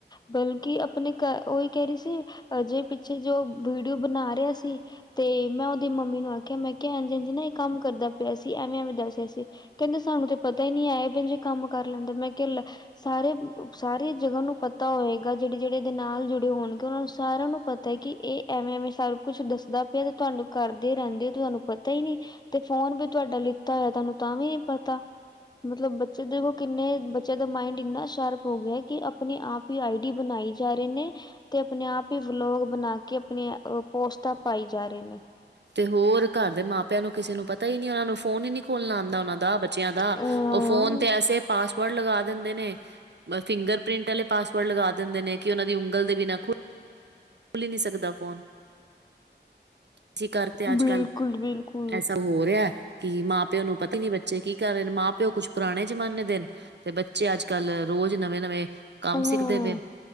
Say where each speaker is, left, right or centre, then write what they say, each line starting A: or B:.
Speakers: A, on the left (about 20°); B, on the right (about 65°).
A: ਬਲਕਿ ਆਪਨੇ ਕ ਓਈ ਕੈ ਰਈ ਸੀ ਅਜੇ ਪਿੱਛੇ ਜੋ ਵੀਡੀਓ ਬਨਾ ਰਿਆ ਸੀ ਤੇ ਮੈਂ ਓਦੀ ਮੰਮੀ ਨੂੰ ਆਖੇਆ ਮੈਂ ਕਿਆ ਹਾਂਜੀ-ਹਾਂਜੀ ਨਾ ਏ ਕੰਮ ਕਰਦਾ ਪਿਆ ਸੀ ਐਵੇਂ-ਐਵੇਂ ਦੱਸੇਆ ਸੀ ਕੈਂਦੇ ਸਾਨੂੰ ਤੇ ਪਤਾ ਈ ਨਈ ਏ ਐੇਹੇ ਜੇ ਕੰਮ ਕਰ ਲੈਂਦੈ ਮੈਂ ਕਿਆ ਲੈ ਸਾਰੇ-ਸਾਰੇ ਜਗਾ ਓਨੂੰ ਪਤਾ ਹੋਏਗਾ ਜੇੜੇ-ਜੇੜੇ ਏਦੇ ਨਾਲ ਜੁੜੇ ਹੋਨਗੇ ਓਨਾਂ ਨੂੰ ਸਾਰੇਆਂ ਨੂੰ ਪਤ ਪਤਾ ਕੀ ਏ ਐਵੇਂ-ਐਵੇਂ ਸਾਰਾ ਕੁਛ ਦੱਸਦਾ ਪਿਆ ਤੇ ਤੁਆਨੂੰ ਕਰਦੇ ਰੈਂਦੇ ਓ ਤੇ ਤੁਆਨੂੰ ਪਤਾ ਈ ਨਈਂ। ਤੇ ਫੋਨ ਵੀ ਤੁਆਡਾ ਲਿੱਤਾ ਹੋਏਆ ਤੁਆਨੂੰ ਤਾਂ ਵੀ ਨੀ ਪਤਾ, ਮਤਲਬ ਬੱ ਫਿਰ ਦੇਖੋ ਕਿੰਨੇ ਬੱਚੇਆਂ ਦਾ ਮਾਇੰਡ ਇੰਨਾ ਸ਼ਾਰਪ ਹੋ ਗੇਆ ਕੇ ਆਪਨੀ ਆਪ ਈ ਆਈ ਡੀ ਬਨਾਈ ਜਾ ਰਏ ਨੇ ਤੇ ਅਪਨੇ ਆਪ ਈ ਬਲੋਗ ਬਨਾ ਕੇ ਆਪਨੇ ਅ ਪੋਸਟਾਂ ਪਾਈ ਜਾ ਰਏ ਨੇ।
B: ਤੇ ਹੋਰ ਘਰ ਦੇ ਮਾਪਿਆਂ ਨੂੰ ਕਿਸੇ ਨੂੰ ਪਤਾ ਈ ਨੀ ਓਨਾਂ ਨੂੰ ਫੋਨ ਈ ਨੀ ਖੋਲਨਾ ਆਂਦਾ ਓਨਾਂ ਨੂੰ ਦਾ ਬੱਚੇਆਂ ਦਾ
A: ਹਾਂ
B: ਓ ਫੋਨ ਤੇ ਐਸੇ ਪਾਸ ਪਾਸਵਰਡ ਲਗਾ ਦਿੰਦੇ ਨੇ, ਫਿੰਗਰ ਪ੍ਰਿੰਟ ਆਲੇ ਪਾਸਵਰਡ ਲਗਾ ਦਿੰਦੇ ਨੇ ਕੇ ਓਨਾਂ ਦੀ ਉਂਗਲ ਦੇ ਬਿਨਾਂ ਖੁ ਖੁੱਲ ਈ ਨਈ ਸਕਦਾ ਫੋਨ, ਇਸੀ ਕਾਰਨ ਤੇ ਅੱਜ-ਕੱਲ
A: ਬਿਲਕੁਲ ਬਿਲਕੁਲ
B: ਐਸਾ ਹੋ ਰਿਆ ਕੀ ਮਾਂ-ਪਿਓ ਨੂੰ ਪਤਾ ਈ ਨੀ ਬੱਚੇ ਕੀ ਕਰ ਰਏ ਨੇ ਮਾਂ-ਪਿਓ ਕੁਛ ਪੁਰਾਨੇ ਜਮਾਨੇ ਦੇ ਤੇ ਬੱਚੇ ਅੱਜ-ਕੱਲ ਰੋਜ ਨਵੇਂ-ਨਵੇਂ ਕੰਮ
A: ਹਾਂ
B: ਸਿੱਖਦੇ ਪਏ,